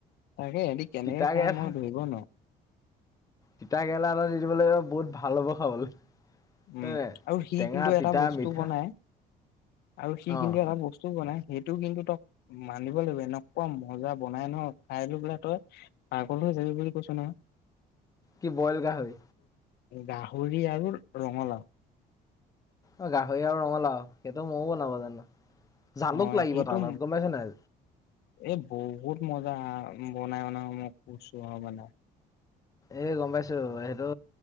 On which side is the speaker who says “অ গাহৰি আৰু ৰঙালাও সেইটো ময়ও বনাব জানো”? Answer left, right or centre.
Left